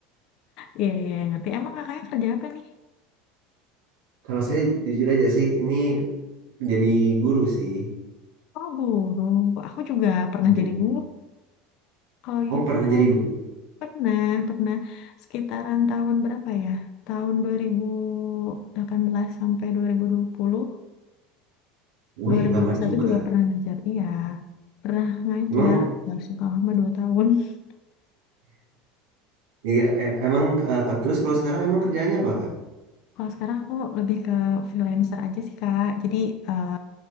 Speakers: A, on the left; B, on the right.
A: iya iya ngerti. Emang kakaknya kerja apa nih?
B: Kalau saya jujur aja sih, ini jadi guru sih.
A: Oh guru. Aku juga pernah
B: Iya.
A: jadi guru. Kalau
B: Oh,
A: gitu
B: pernah jadi guru.
A: pernah pernah sekitaran tahun berapa ya? Tahun 2018 sampai 2020
B: Wih,
A: 2021
B: lama juga.
A: juga pernah ngajar, iya. Pernah ngajar,
B: Emang,
A: langsung kalau lama 2 tahun. <laughs>
B: iya, e- emang eh, Kak, terus kalau sekarang emang kerjanya apa, Kak?
A: Kalau sekarang aku lebih ke freelancer aja sih, Kak. Jadi, eh,